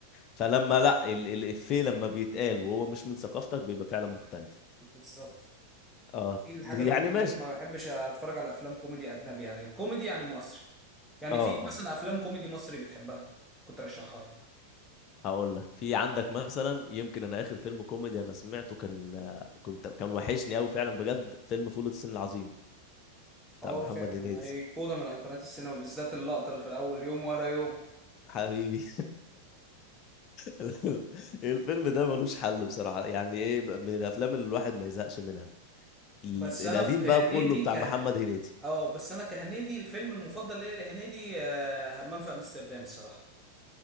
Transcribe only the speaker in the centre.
بالظبط
دي الحاجه
اللي بتخليني
ما بحبش اتفرج على افلام كوميدي اجنبي يعني كوميدي يعني مصري يعني
في
مثلا افلام كوميدي مصري بتحبها كنت رشحها لي
اه
فعلا
ايقونه من ايقونات السينما بالذات اللقطه اللي في الاول يوم ورا يوم
بس انا
في
هنيدي
ك
اه بس انا كهنيدي الفيلم المفضل ليا لهنيدي آه، همام في امستردام الصراحه